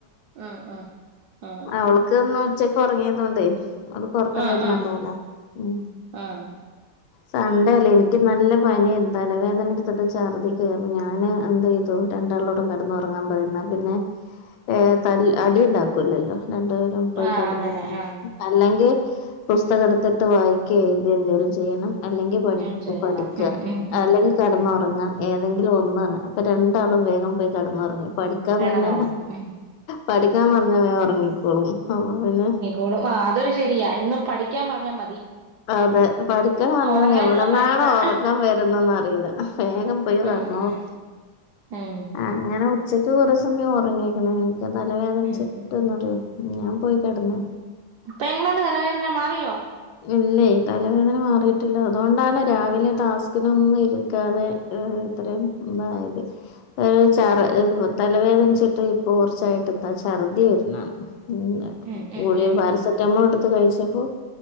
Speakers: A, on the right (about 75°); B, on the left (about 80°).
A: ആഹ് ആഹ്
B: അവൾക്ക് ഒന്ന് ഉച്ചയ്ക്ക് ഉറങ്ങിയത് കൊണ്ടേ അവൾക്ക് ഉറക്കം
A: ആഹ്
B: വരുന്നുണ്ടാവുല്ല
A: ആഹ്
B: ഉം
A: ആഹ് ആഹ്
B: സൺണ്ടേ അല്ലേ എനിക്ക് നല്ല പനി തലവേദന എടുത്തിട്ട് ഛർദിക്ക അപ്പ ഞാന് എന്ത് ചെയ്തു രണ്ടാളോടും കിടന്നു ഉറങ്ങാൻ പറഞ്ഞു ഇന്നാ പിന്നെ ഏ ത അടി ഉണ്ടാക്കൂല്ലല്ലോ രണ്ടുപേരും പോയി
A: ആഹ്
B: കടന്നുറങ്ങമ്പോ
A: അങ്ങനെ ആഹ്
B: അല്ലെങ്കിൽ പുസ്തകം എടുത്തിട്ട് വായിക്കേ എഴുതേ എന്തെങ്കിലും ചെയ്യണം അല്ലെങ്കിൽ പ
A: ഉം ചെയ്യണം
B: പഠിക്ക
A: ഉം ഉം ഉം
B: അല്ലെങ്കിൽ കടന്നുറങ്ങ
A: ഉം
B: ഏതെങ്കിലും ഒന്നാണ് അപ്പൊ രണ്ടാളും വേഗം പോയി കടന്നുറങ്ങി പഠിക്കാൻ
A: കിടന്നുറങ്ങും
B: പിന്നെ
A: ഉം
B: പഠിക്കാൻ പറഞ്ഞേ വേഗം ഉറങ്ങിക്കോളും അപ്പൊ പിന്നെ
A: ഓൾ ആഹ് അതൊരു ശെരിയാ എന്നും പഠിക്കാൻ പറഞ്ഞാ മതി
B: അതെ പഠിക്കാൻ പറഞ്ഞാ
A: ഒറങ്ങാനുള്ള
B: എവിടന്നാണോ
A: മരുന്നാ
B: ഉറക്കാൻ വരുന്ന അറിയില്ല വേഗം <unintelligible> കടന്നോളും
A: ഉം ഉം ഉം
B: അങ്ങനെ <unintelligible> സമയം ഉറങ്ങിക്ക്ണ് എനിക്ക് തല വേദനിച്ചിട്ട്ന്ന്റിയോ
A: ഉം ഉം
B: ഞാൻ പോയി കെടന്ന്.
A: പ്പൊ എങ്ങനുണ്ട് തലവേദന മാറിയോ.
B: ഇല്ലേ തലവേദന മാറിയിട്ടില്ല അതുകൊണ്ടാണ് രാവിലെ ടാസ്കിനൊന്നും ഇരിക്കാതെ. ഇത്രയും ഇതായത്.
A: <inaudible>
B: <unintelligible>
A: ഉം
B: തലവേദനിച്ചിട്ട് ഇപ്പൊ കുറച്ചായിട്ട് ഛർദി വരുന്നു <unintelligible>
A: ഉം ഉം ഉം
B: പാരസെറ്റാമോൾ എടുത്ത് കഴിച്ചപ്പോ.